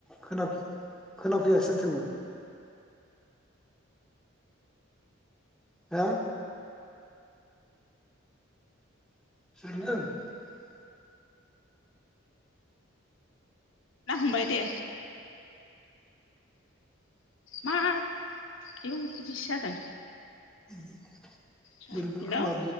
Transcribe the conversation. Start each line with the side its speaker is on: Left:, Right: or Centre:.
Centre: खोना खोनाफैयासै माथो हा <unintelligible>
Left: ना हमबाय दे मा आयौ बिदिसो जादों
Centre: उम
Left: दा
Centre: बुरग
Left: हेलौ
Centre: खोना